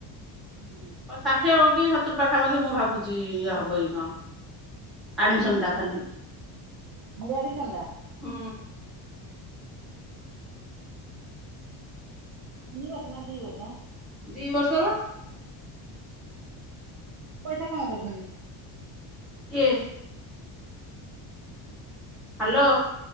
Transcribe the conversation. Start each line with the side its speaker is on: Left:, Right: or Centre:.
Right: ହୁଁ।
Centre: ହ ଷାଠିଏ ହବ କି ସତୁୁର ପାଖାପାଖି ମୁଁ ଭାବୁଛି ଇଏ ହବକି କଣ ଆଡ଼ମିଶନ୍ଟା ଖାଲି।
Right: ରି ଆଡିସନ ଟା?
Centre: ହୁଁ।
Right: ତିନିବର୍ଷ ନାଁ ଦିବର୍ଷ?
Centre: ଦି ବର୍ଷ ବା।
Right: ପଇସା କଣ କରୁଛନ୍ତି।
Centre: କିଏ? ହ୍ୟାଲୋ।